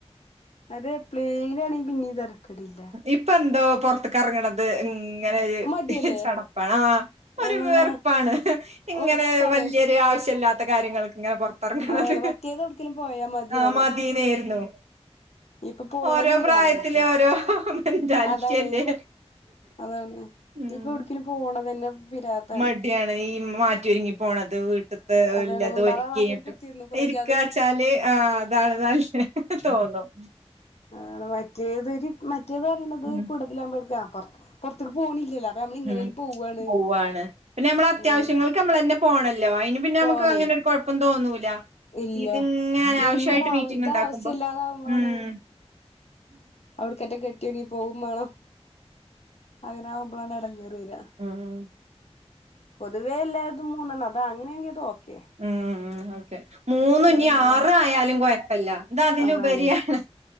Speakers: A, on the left; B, on the right.
A: അതെ പ്ലേങ്ങിനണ പിന്നീ തര്ക്കടില്ല
B: ഇപ്പൊന്തോ പുറത്തക്ക്റങ്ങണത് ഇങ്ങനെ ഒരു
A: മടിയല്ലേ
B: ചടപ്പ ണോ ഒരു
A: ആഹ്
B: വേർ പ്പാണ് ഇങ്ങനെ
A: വെറുപ്പാണ്
B: വലിയൊരു ആവശ്യ ഇല്ലാത്ത കാര്യങ്ങൾക്ക് എങ്ങനെ പൊറത്തിറങ്ങണത്
A: അതാണ് മറ്റേത് എവിട്ക്കേലും പോയാ മതിയോണും
B: ആഹ് മതീനായിയിരുന്നു
A: ഇപ്പൊ പോണത്
B: ഓരോപ്ര
A: പിരാന്തായിക്ക്ണ്
B: ആയ െ ഓരോ മെന്റാലിറ്റി
A: അതാണ്
B: അല്ലെ
A: അതാണ്
B: ഉം
A: ഇപ്പൊ എവിടേക്കേലും പോണത് തന്നെ പിരാന്താണ്
B: മടിയാണ് ഈ മാറ്റിയൊരുങ്ങി പോണത് വീട്ട
A: അതാണ്
B: ല്ലത
A: മുണ്ടാതാവാത്തോര്
B: ഒരുക്കിട്ടും
A: കുത്തിയിരുന്നുക്കുണെങ്കി
B: ഇരിക്ക
A: അത്
B: ച്ചാല് ആഹ് അതാണ് നല്ലത് തോന്നും
A: ആഹ് മറ്റേത്ര് മറ്റേത് പറയണത്
B: ഉം
A: കൂടതൽാവുമ്പോക്കറ പുറത്തേക്ക് പോണില്ലല്ലോ അപ്പൊ നമ്മള് ഇങ്ങനേലും
B: ഉം
A: പോവാണ്
B: പോവാണ് പിന്നെ നമ്മള അത്യാവശ്യങ്ങൾ
A: മറ്റേ
B: നമ്മളന്നെ പോണല്ലോ അയ്ന് പിന്നെ നമുക്ക്
A: പോണേ
B: അങ്ങനൊര് കുഴപ്പം തോന്നൂല
A: ഇല്ല
B: ഇതിങ്ങനെ അനാവശ്യമായിട്ട്
A: ഇങ്ങനെ ആവ
B: മീറ്റിംഗ
A: ഇത്
B: ഉണ്ടാക്കുമ്പോ
A: ആവശ്യല്ലാതാവുമ്പളാണ്
B: ഉംഹ്
A: അവിടുക്കറ്റം കെട്ടിയണങ്ങി പോകും വേണോ അങ്ങനാവുമ്പളാണ് ഇടങ്ങേറ വരാ
B: ഉം
A: പൊതുവേ എല്ലായിതും മൂന്നണ് അതാ അങ്ങനെയാെങ്ക അതോക്കെ
B: ഉം ഉം മൂന്നുഞ്ഞി
A: ആവുമ്പളാണ്
B: ആറയാലും കുഴപ്പില്ല ഇത് അതിലുപരിയാണ്
A: അതാണേ